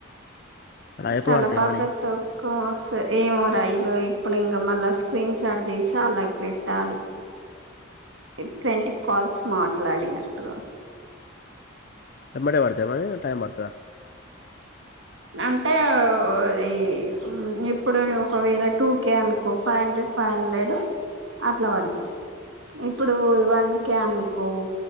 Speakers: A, on the left; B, on the right.
A: అలా ఎప్పుడు
B: తల
A: పడతాయి
B: పాకతో
A: మనీ
B: కోమ్ స్ ఏమో రా యిరో ఇప్పుడు ఇంగ మళ్ళా స్క్రీన్ షాట్ తీసి అలాకి పెట్టాలి ఇ ట్వంటీ కాల్స్ మాట్ ట్లాడినట్టుగా
A: ఎమ్మటే పడ్ తయా మరి టైమ్ పడ్ తాదా
B: అంటే అది ఇప్పుడు ఒకవేళ టూ కే అనుకో ఫైవ్ హండ్రెడ్, ఫైవ్ హండ్రెడ్, అట్లా పడ్ తాయి. ఇప్పుడూ ఈ వన్ ఓకే అనుకో